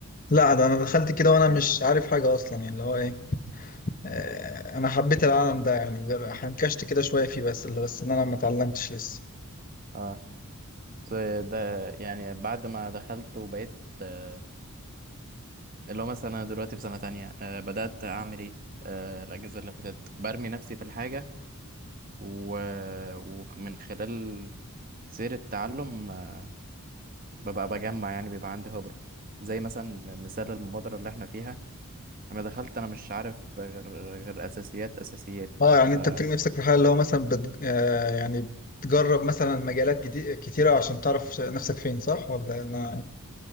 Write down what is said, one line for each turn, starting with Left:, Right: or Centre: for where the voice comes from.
Left: لا ده انا دخلت كده وانا
Right: اه
Left: مش عارف حاجه اصلا يعني اللي هو ايه آه، انا حبيت العالم ده يعني غير- حنكشت كده شويه فيه بس اللي بس ان انا ما اتعلمتش لسه
Right: اه بس ده يعني بعد ما دخلت وبقيت آه، اللي هو مثلا انا دلوقتي في سنة تانية آه، بدأت اعمل ايه آه، الاجازة اللي فاتت برمي نفسي في الحاجة و... ومن خلال سير التعلم آه، ببقى بجمع يعني بيبقى عندي خبرة زي مثلا مثال المبادرة اللي احنا فيها انا دخلت انا مش عارف غير غير اساسيات اساسيات
Left: اه يعني انت
Right: ف
Left: بتلاقي نفسك في حاله اللي هو مثلا بت... آه يعني بتجرب مثلا مجالات جديدة كتيرة عشان تعرف ش- نفسك فين صح ولا انا